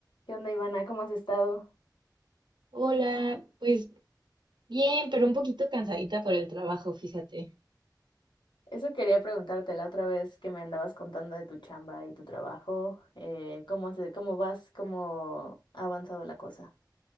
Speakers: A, on the left; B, on the right.
A: ¿Qué onda, Ivana? ¿Cómo has estado?
B: Hola, pues bien, pero un poquito cansadita por el trabajo, fíjate.
A: Eso quería preguntarte la otra vez que me andabas contando de tu chamba y tu trabajo. eh, ¿cómo se, cómo vas? ¿Cómo ha avanzado la cosa?